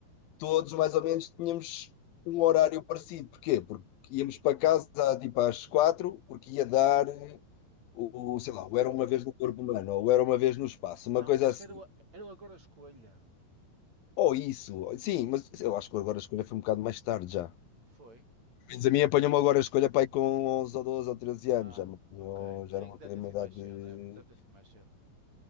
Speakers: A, on the left; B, on the right.
A: todos mais ou menos tínhamos um horário parecido. Porquê? Porque íamos para casa tipo às quatro, porque ia dar eh, o, o, sei lá, o Era
B: Oh,
A: Uma Vez no Corpo Humano ou o Era Uma Vez no Espaço, uma
B: Não,
A: coisa
B: acho
A: assim.
B: que era o, era o Agora Escolha.
A: Ou isso, ou- sim, mas eu acho que agora a escolha foi um bocado mais tarde já.
B: Foi?
A: Mas a mim apanhou-me agora a escolha pai com onze ou doze ou treze
B: Ah,
A: anos, já, me apanhou-
B: ok. Sim,
A: já não me
B: deve
A: apanhou
B: ter
A: numa
B: sido
A: idade
B: mais cedo,
A: de...
B: deve, deve ter sido mais cedo.